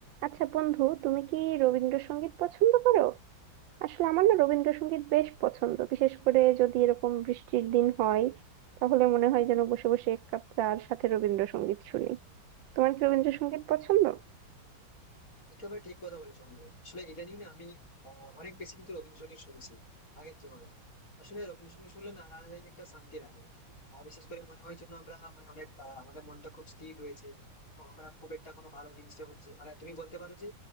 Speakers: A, on the right; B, on the left.
A: আচ্ছা বন্ধু তুমি কি রবীন্দ্রসঙ্গীত পছন্দ করো আসলে আমার না রবীন্দ্রসঙ্গীত বেশ পছন্দ বিশেষ করে যদি এরকম বৃষ্টির দিন হয় তাহলে মনে হয় যেন বসে বসে এক কাপ চার সাথে রবীন্দ্রসঙ্গীত শুনি তোমার কি রবীন্দ্রসঙ্গীত পছন্দ
B: একেবারে ঠিক কথা বলেছো অমল। আসলে ইদানিং না আমি আহ, অনেক বেশি কিন্তু রবীন্দ্রসঙ্গীত শুনছি আগের তুলনায় আসলে রবীন্দ্রসঙ্গীত শুনলে না আলাদা জায়গায় একটা শান্তি লাগে আর বিশেষ করে মনে হয় যেন আমরা মানে অনেক আহ, আমাদের মনটা খুব স্থির রয়েছে এবং আমরা খুব একটা কোনো ভালো জিনিসটা হচ্ছে মানে তুমি বলতে পারো যে